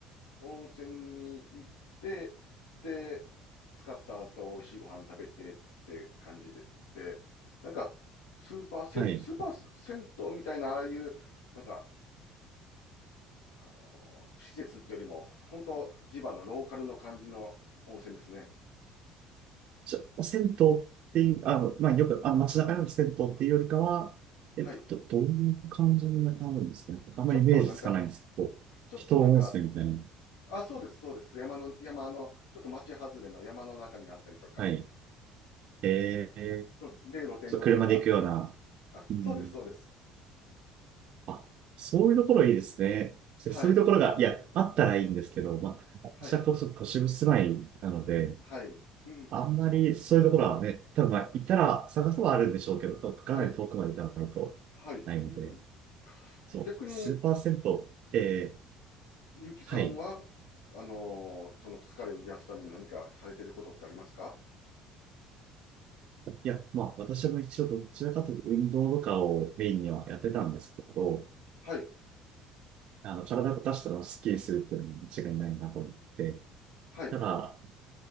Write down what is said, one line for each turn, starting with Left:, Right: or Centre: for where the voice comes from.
Left: 温泉に行って、で、使った後、美味しいご飯食べてって感じで、で、なんか、スーパー銭、
Right: はい。
Left: スーパー銭湯みたいな、ああいう、なんか、あの施設ってよりも、本当地場のローカルの感じの温泉ですね。
Right: ちょ、銭湯っていう、あの、まあ、よく、あの、街中の銭湯っていうよりかは、えっと、
Left: はい。
Right: ど、どういう感じになるんですかね。あんまりイメージつかないんですけど、
Left: ちょっとなんか、ちょっとなんか、
Right: 人温泉みたいな。
Left: あ、そうです、そうです。山の、山の、ちょっと町外れの山の中にあったりとか、
Right: はい。えー、
Left: で、露天風呂とかあったり、
Right: ちょっと車で行くような。
Left: あ、
Right: うん。
Left: そうです、そうです。
Right: あ、そういうところいいですね。そそういうところが、
Left: はい、
Right: いや、あったらいいんですけど、まあ、
Left: はい、
Right: 私はこそ都市部住まいなので、
Left: はい、うん、
Right: あんまりそういうところはね、多分まあ、行ったら探せばあるんでしょうけど、かなり遠くまで行かないとないので。
Left: はい、はい、うん。
Right: そう、
Left: 逆に、
Right: 数パーセント。えー、
Left: ゆうきさんは、
Right: はい。
Left: あのーその疲れを癒すために何かされてることってありますか
Right: いや、まあ、私も一応どちらかというと運動とかをメインにはやってたんですけど、
Left: はい、
Right: あの、体を動かしたらスッキリするっていうのも間違いないなと思って、
Left: はい。
Right: ただ、